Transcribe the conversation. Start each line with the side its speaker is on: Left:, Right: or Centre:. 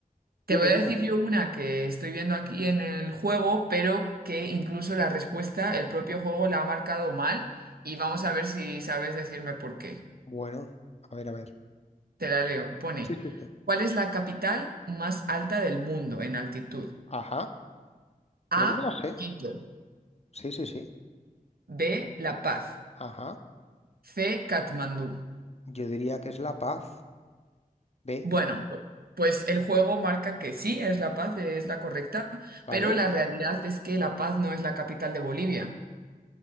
Right: Te
Left: Dime,
Right: voy a
Left: dime.
Right: decir yo una que estoy viendo aquí en el juego, pero que incluso la respuesta, el propio juego la ha marcado mal y vamos a ver si sabes decirme por qué.
Left: Bueno, a ver, a ver.
Right: Te la leo. Pone,
Left: Sí, sí, sí.
Right: ¿cuál es la capital más alta del mundo en altitud?
Left: Ajá, creo
Right: A,
Left: que me la sé.
Right: Quito.
Left: Sí, sí, sí.
Right: B, La Paz.
Left: Ajá.
Right: C, Katmandú.
Left: Yo diría que es La Paz. B,
Right: Bueno, pu- pues el juego marca que sí, es La Paz, es la correcta,
Left: ¿vale?
Right: pero la realidad es que La Paz no es la capital de Bolivia.